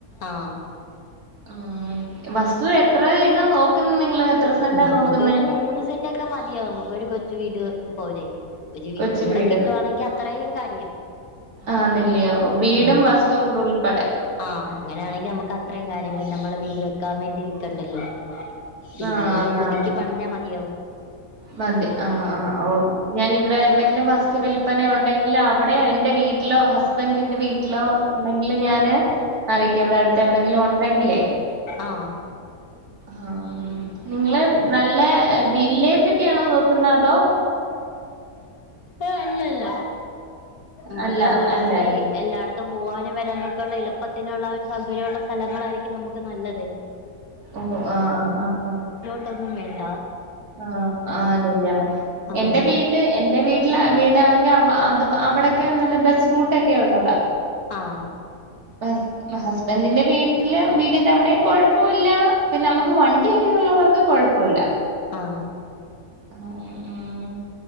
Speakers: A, on the left (about 75°); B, on the right (about 85°).
A: ആഹ്
B: ആഹ് വസ്തു എത്ര ഇതാ നോക്കുന്നെ നിങ്ങള് എത്ര സെന്റാ
A: നമ്മുക്കൊരു
B: നോക്കുന്നേ
A: മൂന്ന് സെന്റ് ക്കെ മതിയാ നമുക്ക് ഒരു കൊച് വീട് പോരെ ഒരു വീടും
B: കൊച്ചു
A: കൂടെ
B: വീട്
A: കിട്ടുവാണെങ്കി അത്രയും കാര്യം
B: ആന്നില്ലയോ ഓഹ് വീടും
A: ഉം
B: വസ്തുവും കൂടെ ഉൾപ്പെടെ
A: ആഹ് അങ്ങനെയാണെങ്കി നമ്മുക്ക് അത്രയും കാര്യം പിന്നെ നമ്മളെ വീട് വെക്കാൻ വേണ്ടി നിക്കണ്ടല്ലോ പിന്നെ
B: ആന്നാന്ന്
A: അതൊന്ന് പുതുക്കി പണഞ്ഞാ മതിയാവും
B: മതി ആഹ് ആഹ് ഓ ഞാന് ഇവിടെ എവിടെങ്കിലും വസ്തു വൽപന ഉണ്ടെങ്കിൽ അവിടെ എന്റെ വീട്ടിലോ ഹസ്ബന്റിന്റെ വീട്ടിലോ ണ്ടെങ്കിലും ഞാന് അറിയിക്കാം വിടെ അടുത്ത് എവിടെങ്കിലും ഉണ്ടെങ്കിലേ
A: ആഹ്
B: ആഹ് നിങ്ങള് നല്ല ബില്ല് തൊക്കെയാണോ നോക്കുന്ന അതോ
A: ഏഹ് അല്ലല്ല മക്
B: അല്ല
A: ഒരിത്തിരി
B: അല്ല അല്ലേ
A: എല്ലായിട ത്തം പോവാനും വരാനും ഒക്കെയുള്ള എളുപ്പത്തിനുള്ള ഒരു സൗകര്യം ഉള്ള സ്ഥലങ്ങളായിരിക്കും നമുക്ക് നല്ലത്
B: ഓഹ് ആഹ് ആഹ് ആഹ് ആഹ്
A: ട്ടൊന്നും വേണ്ടാ
B: ആഹ് ആനല്ല
A: ആഹ്
B: എന്റെ
A: ഒരു
B: വീട്ട് എന്റെ വീട്ടില് വീടാണെങ്കി അം അഹ് ത് വ അവിടെക്കെ നല്ല ബസ് റൂട്ടൊക്കെ ഉള്ളതാ
A: ആഹ്
B: ബസ് ഹസ്ബൻഡിന്റെ വീട്ടില് വീടിന്റെ എവിടെയും കുഴപ്പോല്ല പിന്നെ നമുക്ക് വണ് ണ്ടിയൊക്കെ ഉള്ളവർക്ക് കുഴപ്പല്ല
A: ആഹ്
B: ആഹ് ഉം